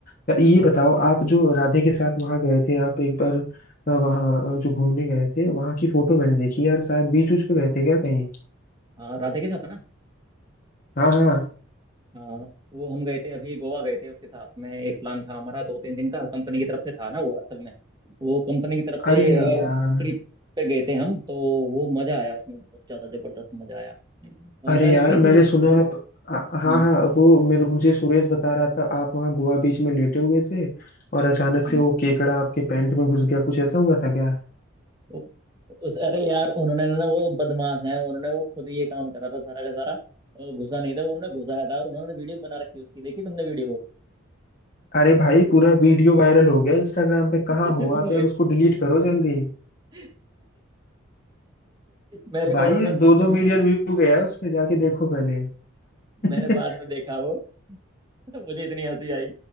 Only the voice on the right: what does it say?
हाँ राधे के साथ है ना
हाँ वो हम गए थे अभी गोवा गए थे उसके साथ में एक प्लान था हमारा दो तीन दिन का कंपनी की तरफ से था ना वो असल में वो कंपनी की तरफ से
ट्रिप पे गए थे हम तो वो मजा आया उसमें बहुत ज्यादा जबरदस्त मजा आया अ,
मेरे
कई
सारे
हम्म,
हाँ,
तो उस अरे यार उन्होंने ना वो बदमाश है उन्होंने वो खुद ये काम करा था सारा का सारा अ, घुसा नहीं था वो उन्होंने घुसाया था और उन्होंने वीडियो बना रखी उसकी देखी तुमने वीडियो
<laughs>
मैं
वही-
<laughs> मेरे
को उन्होंने
मैंने बाद में देखा वो मुझे इतनी हंसी आई